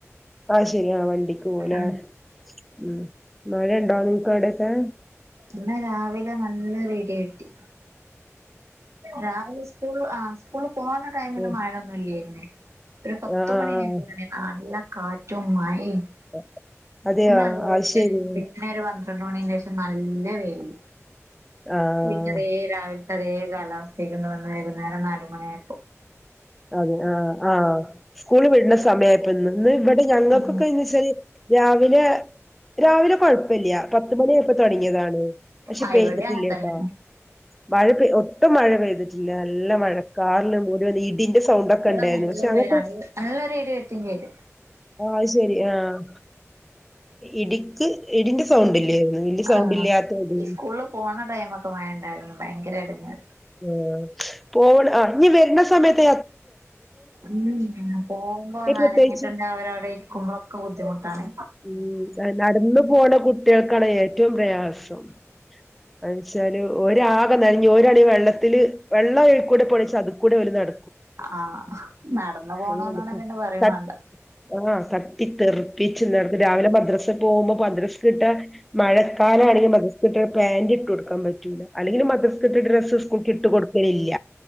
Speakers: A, in the centre; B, on the right (about 65°).
A: ആഹ് ശരി ആ വണ്ടി ണ്ടിക്ക് പോവുലെ
B: ഉം
A: മ്മ് മഴണ്ടോ നിങ്ങക്കവടെയൊക്കെ
B: ഇന്ന് രാവിൽ നല്ലൊരിഢിയെട്ടി രാവിലെ സ്കൂള് ആ സ്കൂള് പോണ ടൈമില്
A: ഉം
B: മഴൊന്നും ഇല്ലേയിര്ന്ന് ഒരു പത്തുമണി
A: ആഹ് ആഹ്
B: ആയീണ്ടായീനി നല്ല കാറ്റും മയിം <unintelligible>
A: ആഹ് അതെയോ
B: <unintelligible>
A: അത് ശരി
B: മണിന്റെ ശേഷം നല്ല വെയില്
A: ആഹ്
B: പിന്നെ ഏ രാവിൽത്തെ അതേ <unintelligible> <unintelligible> വൈകുന്നേരം നാല് മണി ആയപ്പോ
A: അതെ ആ ആ സ്കൂള് വിടുന്ന സമയം ആയപ്പ ഇന്ന് ഇവിടെ ഞങ്ങൾക്കൊക്കെന്ന്
B: ഉം
A: വെച്ചാല് രാവിലെ രാവിലെ കൊഴപ്പില്ല പത്തുമണി ആയപ്പോ തൊടങ്ങിയതാണ് പക്ഷെ
B: ആ
A: പെയ്തിട്ടില്ലട്ടാ
B: ഇവിടേം അങ്ങൻ തന്നെ
A: മഴ മഴ പെയ്തിട്ടില്ല നല്ല മഴക്കാറില് മൂടി ഇടിന്റെ സൗണ്ടൊക്കെ
B: ഇടെ
A: ഉണ്ടായിരുന്നു
B: നല്ല
A: പക്ഷെ
B: വ
A: അങ്ങനത്തെ
B: നല്ലൊരു ഇടി വെട്ടിയേം ചെയ്ത്
A: ആ അത് ശരി ആഹ് ഇടി ഉം ഇടീന്റെ സൗണ്ട്ല്ലായിനു ഇടിന്റെ സൗണ്ട്
B: ആഹ്
A: ഇല്ലാത്തത്
B: സ്കൂളിൽ പോണ ടൈമൊക്കെ മയേണ്ടായിരുന്ന് ഭയങ്കര ഇടങ്ങേ
A: ഉം പോട് ആ നീ വരുന്ന സമയത്തെ
B: ഉ പോകുമ്പോ
A: ഈ
B: നനഞ്ഞിട്ടുണ്ടേ
A: പ്രത്യേകിച്ച്
B: അവരവിടെ ഇരിക്കുമ്പോളൊക്കെ ബുദ്ധിമുട്ടാണ്
A: ഉ നടന്നു പോണ കുട്ടികൾക്കാണ് ഏറ്റവും പ്രയാസം എന്ന് വെച്ചാല് ഒരാ അത് നനഞ്ഞു ഒരടി വെള്ളത്തില് വെള്ളം ഏയ്‌ക്കൂടെ പോണ്ച്ചാ അത്ക്കൂടെ ഓല് നട
B: ആഹ് നടന്നു പോണോലാണെൽ
A: അങ്ങനെണ്ട്
B: പിന്നെ പറയും വാണ്ട
A: ആഹ് തട്ടിത്തെറുപ്പി ച്ച് രാവിലെ മദ്രസേ പോവുമ്പോ മദ്രസ്ക്കിട്ട മഴക്കാലാണെങ്കി മതി കുട്ടിയള് പാൻ്റിട്ടൊടുക്കാൻ പ അല്ലെങ്കിലും മദ്രസ്സ്ക്കിട്ട ഡ്രസ്സ്‌ സ്കൂൾക്കിട്ടു കൊടുക്കലില്ല,